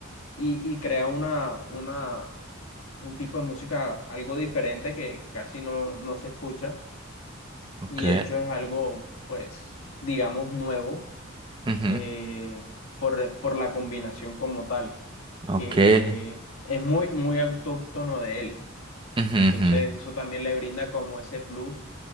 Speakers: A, on the left; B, on the right.
A: y, y crea una, una, un tipo de música algo diferente que casi no, no se escucha.
B: Ok,
A: Y de hecho es algo, pues, digamos, nuevo
B: ujú,
A: eh, por, por la combinación como tal,
B: ok,
A: que es muy, muy autóctono de él.
B: ujú,
A: Entonces,
B: ujú.
A: eso también le brinda como ese plus